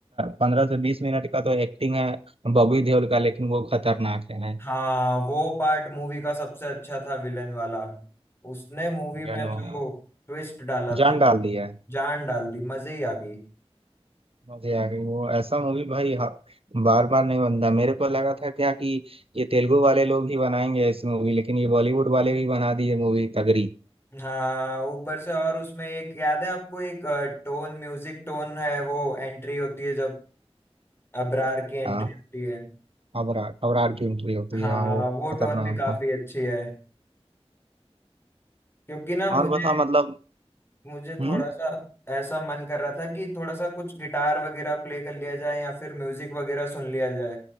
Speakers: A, on the right; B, on the left.
A: पंद्रह से बीस मिनट का तो एक्टिंग है बॉबी देओल का लेकिन वो खतरनाक है भाई
B: हाँ वो पार्ट मूवी का सबसे अच्छा था विलन वाला उसने मूवी
A: विलन
B: में
A: हो
B: जो
A: गया।
B: ट्विस्ट डाला
A: जान
B: था
A: डाल दिया है
B: जान डाल दी मजे ही आ गई
A: मजे आ गए वो ऐसा मूवी भाई हाँ, बार बार नहीं बनता मेरे को लगा था क्या कि ये तेलुगु वाले लोग ही बनाएंगे ऐसी मूवी लेकिन ये बॉलीवुड वाले भी बना दिए मूवी तगड़ी
B: हाँ ऊपर से और उसमें एक याद है आपको एक टोन म्यूजिक टोन है वो एंट्री होती है जब अबरार की एंट्री
A: हाँ
B: होती है
A: अबरार अबरार की एंट्री होती
B: हाँ
A: है हाँ वो
B: वो
A: खतरनाक
B: टोन भी काफी
A: था
B: अच्छी है क्योंकि ना मुझे
A: और बता मतलब
B: मुझे
A: हम्म
B: थोड़ा सा ऐसा मन कर रहा था कि थोड़ा सा कुछ गिटार वगैरह प्ले कर लिया जाए या फिर म्यूजिक वगैरह सुन लिया जाए